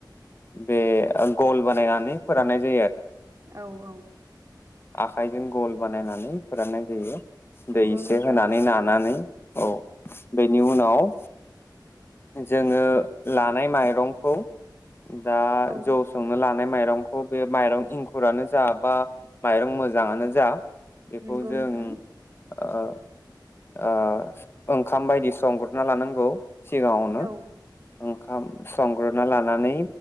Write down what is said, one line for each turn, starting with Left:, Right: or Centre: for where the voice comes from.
Left: बे गल बानायनानै फोराननाय जायो आरो
Right: औ-औ
Left: आखाइजों गल बानायनानै फोराननाय जायो
Right: नंगौ
Left: दै एसे
Right: नोंथां
Left: होनानै नानानै औ बेनि उनाव जोङो लानाय माइरंखौ दा
Right: औ
Left: जौ संनो ला माइरंखौ बे माइरं इंखुरानो जा बा माइरं मोजाङानो जा बेखौ
Right: नंगौ
Left: जों
Right: नोंथां
Left: ओ-ओ ओंखाम बायदि संग्रोना लानांगौ। सिगाङावनो
Right: औ
Left: ओ खाम संग्रोना लानानै